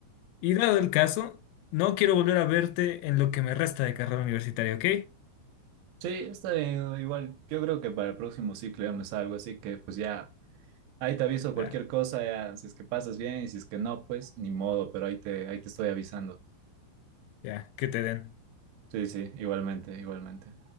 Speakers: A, on the left; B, on the right.
A: Y dado el caso, no quiero volver a verte en lo que me resta de carrera universitaria, ¿ok?
B: Sí, está bien, igual yo creo que para el próximo ciclo ya me salgo, así que pues ya, ahí te aviso cualquier
A: La-
B: cosa, ya, si es que pasas bien y si es que no, pues ni modo, pero ahí te, ahí te estoy avisando.
A: ya, que te den.
B: Sí, sí, igualmente, igualmente.